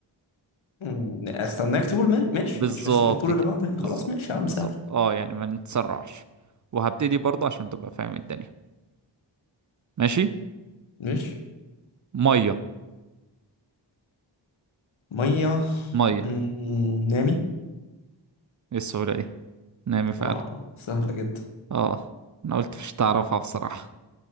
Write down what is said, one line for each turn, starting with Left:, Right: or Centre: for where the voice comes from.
Left: مم، استناك تقول ما- ماشي
Right: بالظبط
Left: ماشي استناك تقول
Right: كده
Left: اللي بعده يعني
Right: بالظبط
Left: خلاص ماشي يا
Right: بالظبط
Left: عم سهل
Right: اه يعني ما نتسرعش وهبتدي برضه عشان تبقى فاهم الدنيا ماشي
Left: ماشي
Right: ميه
Left: مية
Right: ميه
Left: مم، نامي
Right: ايه السهوله دي نامي فعلا
Left: اه سهلة جدا
Right: اه انا قلت مش تعرفها بصراحه